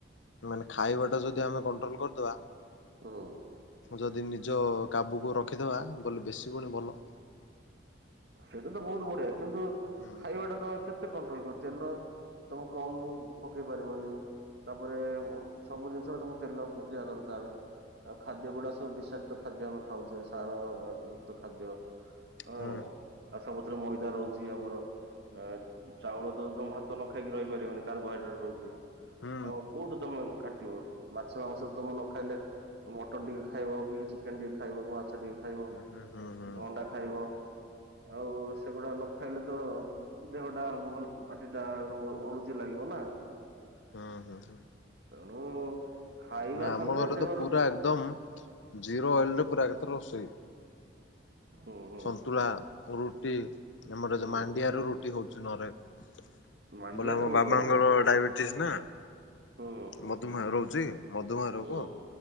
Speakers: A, on the left (about 85°); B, on the right (about 60°).
A: ମାନେ ଖାଇବାଟା ଯଦି ଆମେ କଣ୍ଟ୍ରୋଲ କରିଦବା।
B: ହୁଁ
A: ଯଦି ନି ଜ କାବୁକୁ ରଖିଦେବା ବ-ବେଶି ଗୁଣ ଭଲ।
B: ସେଇଟା ତ ବହୁତ ବଢିଆ କିନ୍ତୁ
A: ହୁଁ
B: ଖାଇବାଟା ତମେ କେ ତେ କଣ୍ଟ୍ରୋଲ କର। ତେଲ ତମ କମ୍ ପକେଇ ପାରିବନି। ତା ପରେ ସବୁ ଜିନିଷରେ ତମକୁ ତେଲ ପକେଇବା ଦରକାର। ଆଉ ଖାଦ୍ୟ ଗୁଡା ସବୁ ବିଷାକ୍ତ ଖାଦ୍ୟ ଆମେ ଖାଉଛେ, ସାର ଯୁକ୍ତ ଖାଦ୍ୟ। ଅଁ
A: ହୁଁ
B: ଆଉ ସବୁଥିରେ ମଇଦା ରହୁଛି। ଆମର ଆ ଚାଉଳ ତ ତମ ଭାତ ନ ଖାଇକି ରହିପାରିବନି, କାର୍ବୋହାଇଡ୍ରେଟ୍ ରହୁଛି।
A: ହୁଁ ହୁଁ
B: ଆଉ କୋଉଠୁ ତମେ କାଟିବ? ମାଛ ମାଂସ ତମେ ନ ଖାଇଲେ ମଟନ ଟିକେ ଖାଇବ, କି ଚିକେନ ଟିକେ ଖାଇବ, କି ମାଛ ଟିକେ ଖାଇବ,
A: ହୁଁ ହୁଁ ହୁଁ ହୁଁ ହୁଁ ହୁଁ ହୁଁ
B: ଅଣ୍ଡା ଖାଇବ? ଆଉ ସେଗୁଡା ନ ଖାଇଲେ ତ। ଦେହଟା ଭ-ଭଲ ବଡିଟା ଅରୁଚି ଲାଗିବ ନାଁ।
A: ହଁ ହଁ ହଁ।
B: ତେଣୁ ଖାଇବା
A: ନାଁ
B: ସାଙ୍ଗରେ
A: ଆମ ଘରେ
B: ଦେହର
A: ତ ପୁରା ଏକଦମ୍ ଜିରୋ ଅଏଲରେ ପୁରା ଏକଥରେ ରୋଷେଇ।
B: ହୁଁ ହୁଁ
A: ସନ୍ତୁଳା, ରୁଟି, ଆମର ଯୋ-ମାଣ୍ଡିଆରେ
B: ହୁଁ
A: ରୁଟି ହଉଛି ନ ହେଲେ
B: ମାଣ୍ଡିଆ
A: ବୋଲେ ଆମ
B: ତ ବହୁତ
A: ବାବାଙ୍କର
B: ବଢିଆ
A: ଡାଇବେଟିସ୍ ନା
B: ହୁଁ
A: ମଧୁମେହ ରହୁଛି ମଧୁମେହ ରୋଗ।
B: ହୁଁ